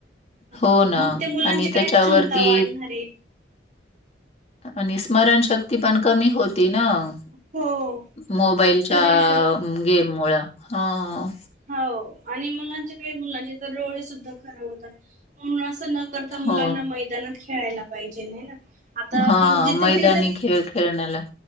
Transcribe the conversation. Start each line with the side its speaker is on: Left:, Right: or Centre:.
Right: हा!
Left: हो ना
Right: मग त्या मुलांची
Left: आणि
Right: काय
Left: त्याच्यावरती
Right: क्षमता वाढणारेयं?
Left: आणि स्मरणशक्ती पण कमी होत तीनं?
Right: हो.
Left: मोबाईलच्या
Right: शरीरशक
Left: गेम मुळं, हां
Right: हो आणि मुलांच्या, काही मुलांची तर डोळी सुद्धा खराब होतात म्हणून असं न करता मुलांना
Left: हो.
Right: मैदानात खेळायला पाहिजेन है ना? आता
Left: हा,
Right: तर जिथे
Left: मैदानी
Right: तिथे
Left: खेळ खेळण्याला